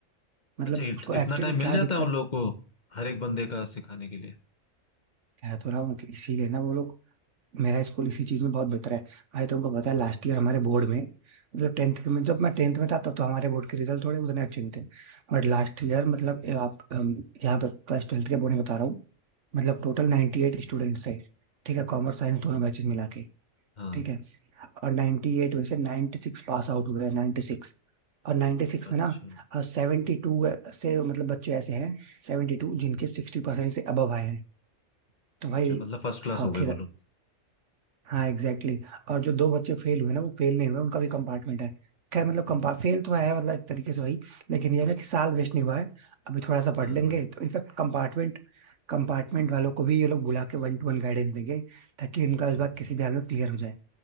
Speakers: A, on the right (about 65°); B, on the left (about 35°).
A: मतलब
B: अच्छा इत,
A: उसको
B: इतना
A: एक्चुअली
B: टाइम मिल
A: क्या
B: जाता
A: दिक्कत
B: है उन लोगों को हर एक बंदे का सिखाने के लिए
A: कह तो रहा हूँ कि इसीलिए ना वो लोग मेरा स्कूल इसी चीज में बहुत बेहतर है भाई तुमको पता
B: अच्छा
A: है लास्ट ईयर हमारे बोर्ड में मतलब टेंथ के में जब मैं टेंथ में था तब तो हमारे बोर्ड के रिजल्ट थोड़े उतने अच्छे नहीं थे बट लास्ट ईयर मतलब ये आप हम यहाँ पर क्लास ट्वेल्थ के बोर्ड में बता रहा हूँ मतलब
B: हम्म,
A: टोटल 98 स्टूडेंट्स है ठीक है कॉमर्स साइंस दोनों बैचेज मिला के
B: हाँ
A: ठीक है और 98 में से 96 पास आउट हुए हैं 96 और 96
B: अच्छा
A: में ना अ, 72 से मतलब बच्चे ऐसे हैं 72 जिनके 60 परसेंट से अबव आए हैं तो भाई
B: अच्छा मतलब फर्स्ट क्लास
A: हाँ
B: हो
A: खैर
B: गए बोलो
A: हाँ एग्जैक्टली exactly. और जो दो बच्चे फेल हुए ना वो फेल नहीं हुए उनका भी कंपार्टमेंट है खैर मतलब कंपा फेल तो है मतलब एक तरीके से भाई लेकिन ये है ना कि साल वेस्ट नहीं हुआ है अभी थोड़ा सा पढ़
B: हाँ
A: लेंगे
B: हाँ,
A: तो इनफैक्ट कंपार्टमेंट कंपार्टमेंट वालों को भी ये लोग बुला के वन टू वन गाइडेंस देंगे ताकि इनका
B: हम्म।
A: इस बार किसी भी हाल में क्लियर हो जाए